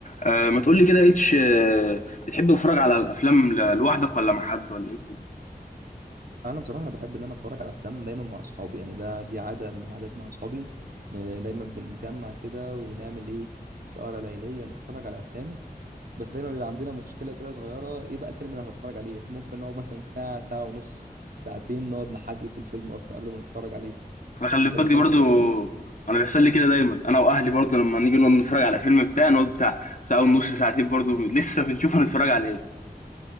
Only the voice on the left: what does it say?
آه ما تقول لي كده اتش آه بتحب تتفرج على الافلام ل- لوحدك ولا مع حد ولا ايه
انا خلي
بالك
دي برضو
انا بيحصل لي كده دايما انا واهلي برضو لما نيجي نقعد نتفرج على فيلم بتاع نقعد بتاع ساعه ونص ساعتين برضو لسه بنشوف هنتفرج على ايه